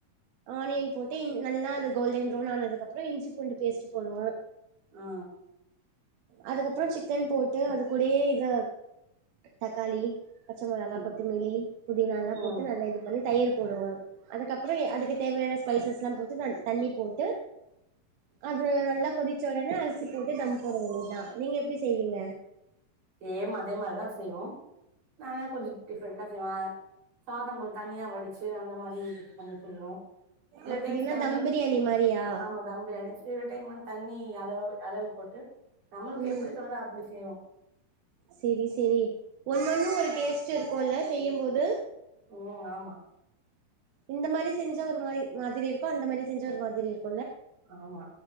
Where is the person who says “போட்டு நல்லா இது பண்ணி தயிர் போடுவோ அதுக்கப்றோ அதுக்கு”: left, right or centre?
Right